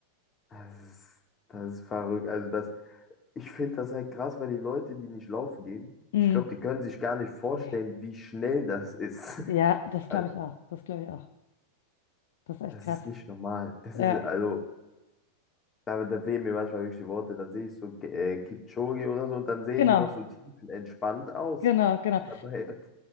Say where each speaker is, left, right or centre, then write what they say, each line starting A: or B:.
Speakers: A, on the left (about 25°); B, on the left (about 55°).
A: Das ist, das ist verrückt. Also das, ich finde das halt krass, weil die Leute, die nicht laufen gehen,
B: Hm.
A: ich glaube, die können sich gar nicht vorstellen,
B: Nee.
A: wie schnell das ist.
B: Ja,
A: <laughs>
B: das glaube
A: Also,
B: ich auch. Das glaube ich auch. Das ist echt
A: Das
B: krass.
A: ist nicht normal. Das
B: Ja,
A: ist, also, da, da fehlen mir manchmal wirklich die Worte. Dann sehe ich so äh, Kipchoge oder so und dann sehen
B: genau,
A: die noch so tiefenentspannt aus.
B: genau, genau.
A: Dabei.